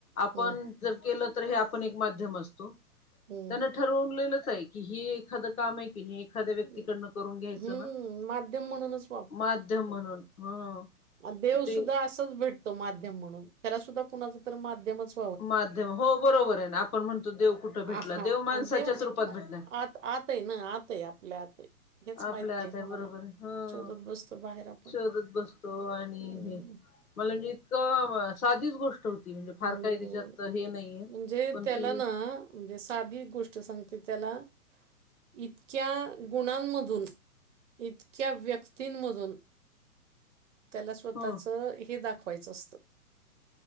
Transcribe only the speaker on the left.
आपण
जर केलं तर हे आपण एक माध्यम असतो.
त्यांना ठरवलेलंच आहे की, हे एखादं काम आहे की नाही. एखाद्या व्यक्तीकडन
करून घ्यायचं
ना,
माध्यम म्हणून ह.
ते
माध्यम. हो बरोबर आहे न. आपण म्हणतो देव कुठं भेटला
देव माणसाच्याच
रूपात
भेटणार.
आपल्या
आत आहे
बरोबर, हो
शोधत बसतो आणि
हे मला जितकं साधीच गोष्ट म्हणजे फार
काही त्याच्यात हे नाहीये,
पण
ती
ह